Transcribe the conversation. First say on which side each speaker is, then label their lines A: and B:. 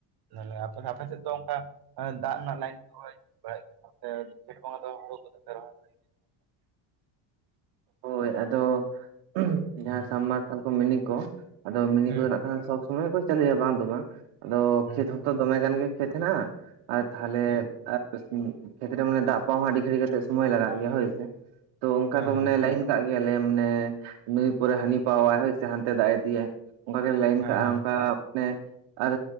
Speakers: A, on the right (about 50°); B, on the right (about 75°).
A: <unintelligible> ᱟᱯᱮ ᱟᱯᱮ ᱥᱮᱫ ᱫᱚ ᱚᱱᱠᱟ ᱫᱟᱜ ᱨᱮᱱᱟᱜ ᱞᱟᱭᱤᱱ ᱠᱚᱫᱚ ᱳᱣ ᱮᱚ ᱪᱮᱫ ᱠᱚ ᱢᱮᱛᱟᱜᱼᱟ? <unintelligible>
B: ᱦᱳᱭ ᱟᱫᱚ ᱡᱟᱦᱟᱸ
A: ᱦᱩᱸ
B: ᱥᱟᱢ ᱢᱟᱨᱟᱥᱟᱞ ᱠᱚ, ᱢᱤᱱᱤ ᱠᱚ᱾ ᱟᱫᱚ ᱢᱤᱱᱤ
A: ᱦᱩᱸ
B: ᱠᱚᱫᱚ ᱦᱱᱟᱜ ᱠᱷᱟᱱ ᱥᱚᱵ ᱥᱚᱢᱚᱭ ᱠᱚ ᱪᱟᱹᱞᱩᱭᱟ ᱵᱟᱝ ᱫᱚ ᱵᱟᱝ, ᱟᱫᱚ
A: ᱦᱩᱸ
B: ᱠᱷᱮᱛ ᱦᱚᱸ ᱛᱚ ᱫᱚᱢᱮ ᱜᱟᱱ ᱜᱮ ᱠᱷᱮᱛ ᱦᱮᱱᱟᱜᱼᱟ ᱟᱨ ᱛᱟᱦᱚᱞᱮ
A: ᱦᱮᱸ ᱦᱮᱸ ᱦᱮᱸ
B: ᱟᱨ ᱠᱷᱮᱛ ᱨᱮ ᱢᱟᱱᱮ ᱫᱟᱜ ᱯᱟᱣᱭᱟᱶ ᱦᱚᱸ ᱟᱹᱰᱤ ᱜᱷᱟᱹᱲᱤᱡ ᱠᱟᱛᱮᱝ ᱥᱚᱢᱚᱭ ᱞᱟᱜᱟᱜ ᱜᱮᱭᱟ ᱦᱳᱭ ᱥᱮ ᱛᱚ ᱚᱱᱠᱟ
A: ᱦᱮᱸ
B: ᱫᱚ ᱢᱟᱱᱮ
A: ᱦᱮᱸ
B: ᱞᱟᱭᱤᱱ ᱠᱟᱜ ᱜᱮᱭᱟ ᱞᱮ ᱢᱟᱱᱮ ᱱᱟᱹᱭ ᱯᱚᱨᱮ ᱦᱟᱱᱤ ᱯᱟᱣᱟᱭᱟᱶᱟᱭ ᱦᱳᱭ ᱥᱮ ᱦᱟᱱᱛᱮ ᱫᱟᱜ ᱮ ᱤᱫᱤᱭᱟᱭ, ᱚᱱᱠᱟ ᱜᱮᱭ ᱞᱟᱭᱤᱱ ᱠᱟᱜᱼᱟ
A: ᱦᱮᱸ
B: ᱚᱱᱠᱟ ᱱᱮ ᱟᱨ